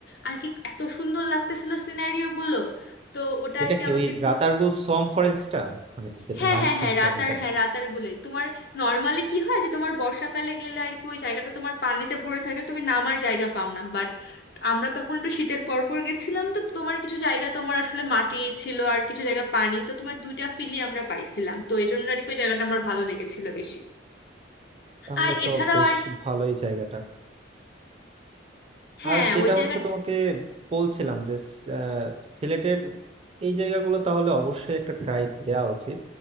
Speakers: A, on the left; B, on the right.
A: আর কি এত সুন্দর লাগতেছিল সিনারিও গুলো তো ওটা
B: এটা
A: আর কি
B: কি
A: আমাকে
B: ওই
A: খুব
B: রাতারগুল সোয়াম ফরেস্টটা মানে যেটা
A: হ্যাঁ
B: নাম
A: হ্যাঁ
B: শুনছি
A: হ্যাঁ রাতার
B: অনেক আর
A: হ্যাঁ
B: কি
A: রাতার গুলোই তোমার নর্মালি কি হয় যে তোমার বর্ষাকালে গেলে আর কি ওই জায়গাটা তোমার পানিতে ভরে থাকে তুমি নামার জায়গা পাও না বাট আমরা তখন একটু শীতের পর পর গেছিলাম তো তোমার কিছু জায়গা তোমার আসলে মাটি ছিল আর কিছু জায়গা পানি তো তোমার দুইটা ফিলই আমরা পাইছিলাম তো এই জন্য আর কি ওই জায়গাটা আমার ভালো লেগেছিল বেশি
B: তাহলে
A: আর
B: তো
A: এছাড়াও
B: বেশ
A: আর কি
B: ভালোই জায়গাটা
A: হ্যাঁ
B: আর যেটা
A: ওই জায়গাটা
B: হচ্ছে তোমাকে বলছিলাম যে স- আহ, সিলেটের এই জায়গাগুলো তাহলে অবশ্যই একটা ট্রাই দেওয়া উচিত